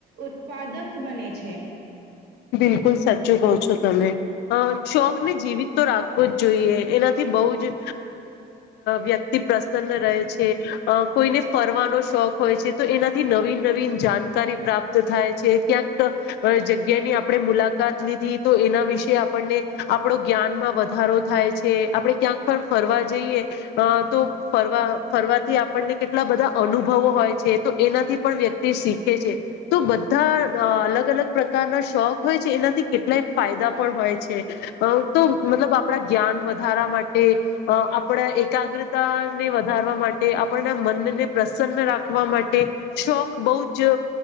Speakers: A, on the right (about 70°); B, on the left (about 80°).
A: ઉત્પાદ પદક બને છે
B: બિલકુલ સાચું કહો છો તમે અ શોખ ને જીવિત તો રાખવો જ જોઈએ એનાથી બહુ જ વ્યક્તિ પ્રસન્ન રહે છે કોઈને અ કોઈ ને ફરવાનો શોખ હોય છે તો એનાથી નવીન નવીન જાણકારી પ્રાપ્ત થાય છે ક્યાંક જગ્યા જગ્યાની આપણે મુલાકાત લીધી તો એના વિશે આપણને આપણો જ્ઞાનમાં વધારો થાય છે આપણે ક્યાંક ફરવા જઈએ તો ફરવા ફરવાથી આપણને કેટલા બધા અનુભ વ હોય છે તો એનાથી પણ વ્યક્તિ શીખે છે તો બધા અલગ અલગ પ્ર કારના શોખ હોય છે એનાથી કેટલાય ફાયદા પણ હોય છે તો મતલબ આપણા જ્ઞાન વધાર માટે આપણા અ એકાગ્રતાને વધારવા માટે આપના મનને પ્ર પ્રસન્ન રાખવા માટે શોખ બહુ જ